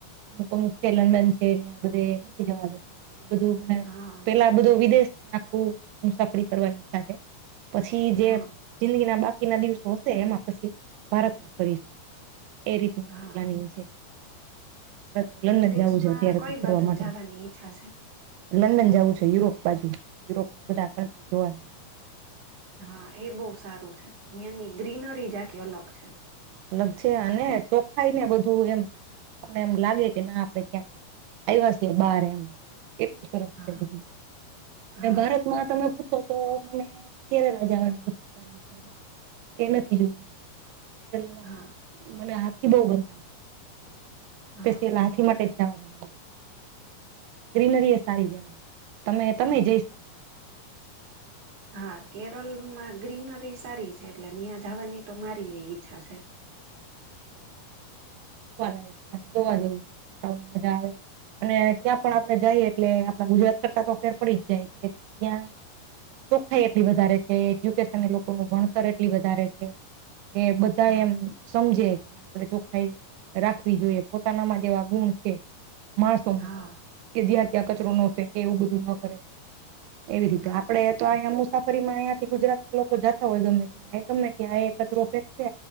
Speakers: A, on the right (about 85°); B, on the right (about 45°).
A: અમુક અમુક છે લંડન છે બધે નથી જવા દેતા એ એ બધું મને
B: હા
A: પેલા બધું વિદેશને આખું મુસાફરી કરવાની ઈચ્છા છે. પછી જે
B: હા
A: જિંદગી ના બાકીના દિવસો હશે એમાં પછી ભારતમાં ફરીશું એ રીત મારું
B: હા
A: પ્લાનિંગ છે. મારે તો લંડન
B: વિદેશમાં
A: જવું છે અત્યારે
B: કઈ
A: તો ફરવા
B: બાજુ
A: માટે
B: જવાની ઈચ્છા છે
A: લંડન જવું છે યુરોપ બાજુ યુરોપ ના બધા કન્ટ્રી જોવાના
B: હા એ બહુ સારું છે ની ગ્રીનરી જ આખી અલગ છે.
A: અલગ છે અને ચોખાઈ ને બધું એમ આપને એમ લાગે કે ના આપડે ક્યાંક આવ્યા છે બાર એમ એટલું સરસ
B: હા
A: છે બધુ
B: હા
A: ભા એમ તમે પૂછો તો મને કેરેલા જવા ની અતારે ઈચ્છા છે એ નથી જો પેલામાં
B: હા
A: મને હાથી થી બહુ ગમે
B: હા
A: તો સ હાથી માટે જવા નુ ગ્રીનરી એ સારી જેમ તમે તમે જઈ શકો
B: હા કેરળમાં ગ્રીનરી સારી છે એટલે ન્યાં જવાની તો મારી એ ઈચ્છા છે.
A: વા જોવા જેવું છે છોકરાઓને મજા આવે. અને ત્યાં પણ આપડણે જઈએ એટલે આપણા ગુજરાત કરતા તો ફેર પડી જ જાય કે ત્યાં. ચોખાઈ એટલી વધારે છે, એજ્યુકેશન લોકો નુ ભણતર એટલી વધારે છે. કે બધા
B: હા
A: એમ સમજે કે આપડે ચોખાઈ રાખવી જોઈએ પોતાનામાં જેવા ગુણ છે માણસોમાં
B: હા
A: કે જ્યાં ત્યાં કચરો ન ફેંકે એવું બધું ન કરે. એવી રીતે
B: હા
A: આપડે તો અહીંયા મુસાફરી માં અં થી ગુજરાત ના લોકો જતા હોય ગમે ત એ ગમે ત્યાં એ કચરો ફેંકશે